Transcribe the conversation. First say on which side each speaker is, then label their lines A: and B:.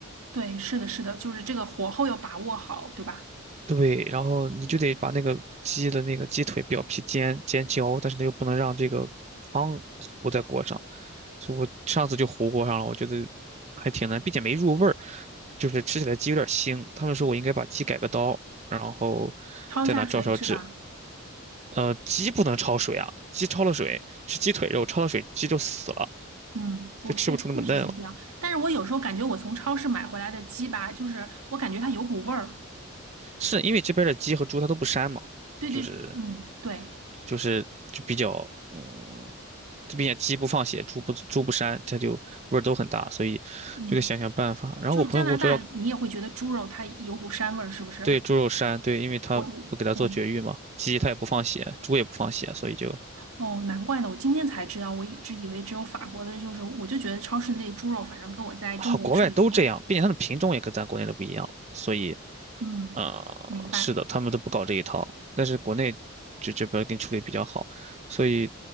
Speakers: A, on the right; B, on the right.
A: 对，是的，是的，就是这个火候要把握好，对吧？
B: 对，然后你就得把那个鸡的那个鸡腿表皮煎煎焦，但是呢又不能让这个汤糊在锅上，所以我上次就糊锅上了，我觉得还挺难，并且没入味儿，就是吃起来鸡有点腥。他们说我应该把鸡改个刀，然后
A: 焯一下水是吧？
B: 再拿照烧汁呃，鸡不能焯水啊，鸡焯了水是鸡腿肉，焯了水鸡就死了，
A: 嗯，不，
B: 就吃不出那么嫩了。
A: 确确实是这样。但是我有时候感觉我从超市买回来的鸡吧，就是我感觉它有股味儿。
B: 是因为这边的鸡和猪它都不膻嘛，
A: 对对，
B: 就是
A: 嗯，对，
B: 就是就比较嗯，这边鸡不放血，猪不猪不膻，它就味儿都很大，所以就得想想办法。
A: 嗯，
B: 然后我朋友跟我说要
A: 就是加拿大，你也会觉得猪肉它有股膻味儿，是不是？
B: 对猪肉膻，对，因为他不给它做绝育嘛，
A: 我，哦
B: 鸡他也不放血，猪也不放血，所以就
A: 哦，难怪呢，我今天才知道，我一直以为只有法国的，就是我就觉得超市那猪肉，反正跟我在中国吃的不太，
B: 好，国外都这样，并且它的品种也跟咱国内的不一样，所以
A: 嗯，
B: 啊、
A: 明白。
B: 是的，他们都不搞这一套，但是国内就这边给你处理比较好，所以